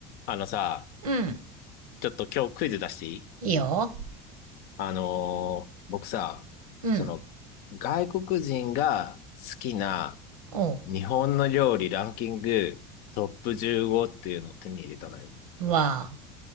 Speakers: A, on the left (about 55°); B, on the right (about 75°).
A: あのさ、
B: うん。
A: ちょっと今日クイズ出していい
B: いいよ。
A: あのー僕さ、
B: うん。
A: その、外国人が好きな
B: お
A: 日本の料理ランキングトップ15っていうのを手に入れたのよ。
B: う。わあ。